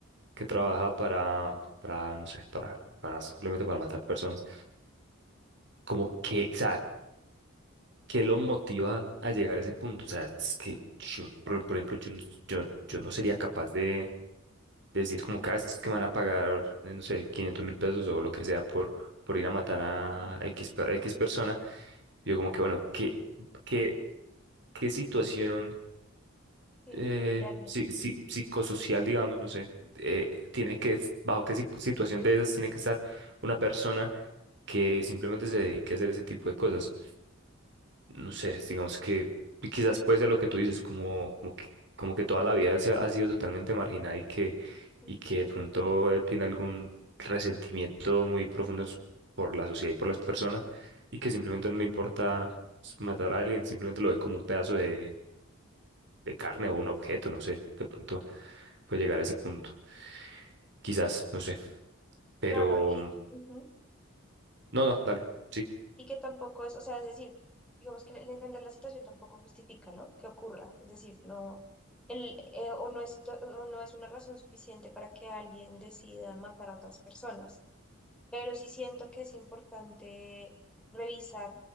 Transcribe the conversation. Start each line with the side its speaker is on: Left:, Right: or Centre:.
Right: que
Centre: Ujú,
Right: trabaja para, para, no sé, para, para simplemente para matar personas, como que, o sea, ¿Qué lo motiva a llegar a ese punto? O sea, es que yo,
Centre: claro,
Right: por, por ejemplo, yo, no- yo, yo no sería capaz de decir como cada vez que me van a pagar, eh, no sé, 500 mil pesos o lo que sea por, por ir a matar a
Centre: claro, claro.
Right: X, pe- a X persona. Yo
Centre: Ujú,
Right: como que, bueno, ¿qué, qué, qué situación
Centre: Tiene
Right: eh,
Centre: que vivir alguien.
Right: psi- psi- psicosocial, digamos, no sé,
Centre: Ujú,
Right: eh, tiene que, es- bajo qué si- situación de esas tiene que estar una persona que simplemente se dedique a hacer ese tipo de cosas? no sé, digamos que quizás puede ser lo que tú dices, como, como que, como que toda la vida se ha, ha sido totalmente marginada y que,
Centre: ujú.
Right: y que de pronto eh, tiene algún resentimiento muy profundo s- por la sociedad y por las personas y que simplemente no le importa s- matar a alguien, simplemente lo ve como un pedazo de, de carne o un objeto, no sé, de pronto puede llegar a ese punto, quizás, no sé, pero
Centre: Claro, y,
Right: mm,
Centre: ujú,
Right: no, no, dale, sí,
Centre: y que tampoco es, o sea, es decir, digamos que el entender la situación tampoco justifica, ¿no? Que ocurra, es decir, no, el, eh, o no es, situa- o no es una razón suficiente para que alguien decida matar a otras personas, pero sí siento que es importante revisar